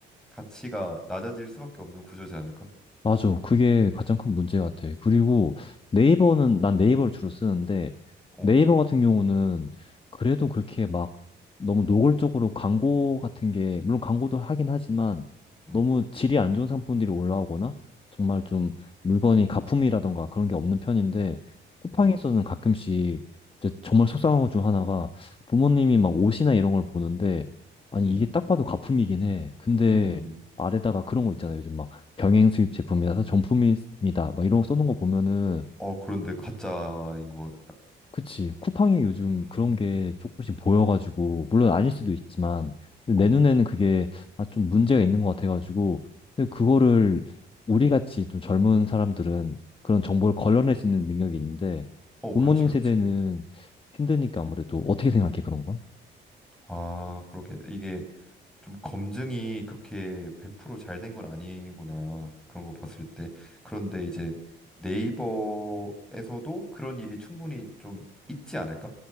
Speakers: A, in the centre; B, on the left.
A: 가치가 낮아질 수밖에 없는 구조지 않을까?
B: 맞아. 그게 가장 큰 문제 같아. 그리고 네이버는, 난 네이버를 주로 쓰는데,
A: 어,
B: 네이버 같은 경우는 그래도 그렇게 막 너무 노골적으로 광고 같은 게, 물론 광고도 하긴 하지만,
A: 음,
B: 너무 질이 안 좋은 상품들이 올라오거나, 정말 좀 물건이 가품이라던가 그런 게 없는 편인데, 쿠팡에서는
A: 음,
B: 가끔씩 이제 정말 속상한 것 중 하나가 부모님이 막 옷이나 이런 걸 보는데, 아니,
A: 음,
B: 이게 딱 봐도 가품이긴 해. 근데
A: 음.
B: 아래다가 그런 거 있잖아요. 요즘 막. 병행 수입 제품이라서 정품입니다. 막 이런 거 써놓은 거 보면은
A: 어, 그런데 가짜인 거야?
B: 그치 쿠팡이 요즘
A: 음,
B: 그런 게 조금씩 보여가지고 물론 아닐 수도 있지만 근데
A: 어,
B: 내 눈에는 그게 아, 좀 문제가 있는 것 같아가지고 근데 그거를 우리 같이 좀 젊은 사람들은 그런 정보를 걸러낼 수 있는 능력이 있는데
A: 어,
B: 부모님
A: 그렇지, 그렇지.
B: 세대는 힘드니까 아무래도 어떻게 생각해 그런 건?
A: 아, 그러게. 이게 좀 검증이 그렇게 100%잘 된 건 아니구나. 그런 거 봤을 때. 그런데 이제 네이버에서도 그런 일이 충분히 좀 있지 않을까?